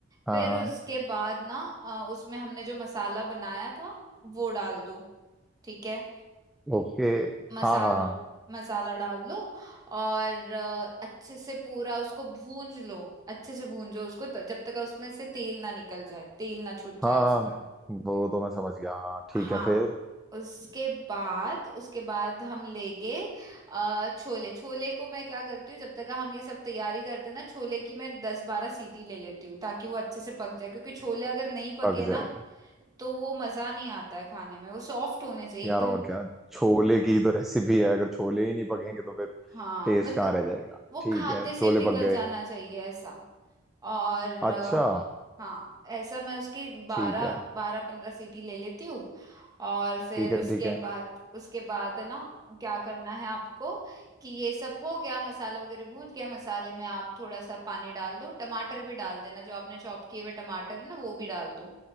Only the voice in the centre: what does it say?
हाँ
हाँ
ओके
हाँ हाँ
हाँ हाँ
हाँ वो तो मैं समझ गया हाँ ठीक
है फिर
पक
जाए
यार
और क्या छोले की तो रेसिपी है अगर छोले ही नहीं पकेंगे तो फिर
टेस्ट
कहाँ रह जाएगा
ठीक
है
छोले
पक गए
अच्छा
ठीक है
ठीक है
ठीक है